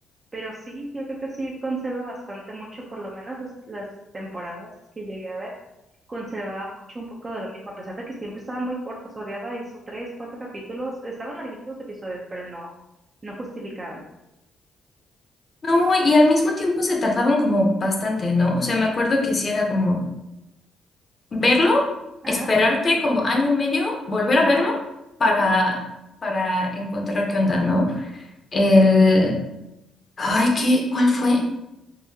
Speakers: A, on the right; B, on the left.
A: Pero sí, yo creo que sí conserva bastante mucho, por lo menos las, las temporadas que llegué a ver, conservaba mucho un poco de lo mismo, a pesar de que siempre estaban muy cortas, odiaba eso, tres, cuatro capítulos, estaban larguitos los episodios, pero no, no justificaban.
B: No, y al mismo tiempo se tardaban como bastante, ¿no? O sea, me acuerdo que sí era como verlo,
A: Ajá,
B: esperarte como año y medio, volver
A: o más,
B: a verlo para,
A: sí,
B: para encontrar qué onda, ¿no? El, ay, ¿qué? ¿Cuál fue?